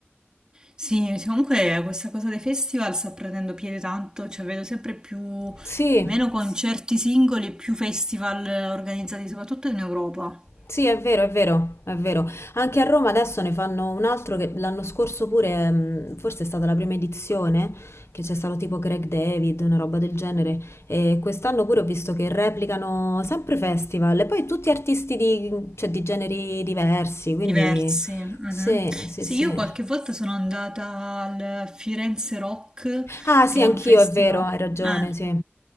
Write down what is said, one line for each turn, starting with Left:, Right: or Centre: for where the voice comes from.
Right: sì, sì, comunque questa cosa dei festival sta prendendo piede tanto, cioè vedo sempre più
Left: Sì,
Right: meno concerti singoli e più festival organizzati, soprattutto in Europa.
Left: Sì, è vero, è vero, è vero. Anche a Roma adesso ne fanno un altro che l'anno scorso pure, mh, forse è stata la prima edizione, che c'è stato tipo Greg David, una roba del genere. E quest'anno pure ho visto che replicano sempre festival e poi tutti artisti di, cioè, di generi diversi, quindi
Right: Diversi. mhm.
Left: sì, sì,
Right: Sì,
Left: sì.
Right: io qualche volta sono andata al Firenze Rock,
Left: Ah, sì,
Right: che
Left: anch'io,
Right: è un festival.
Left: è vero, hai ragione,
Right: Eh,
Left: sì.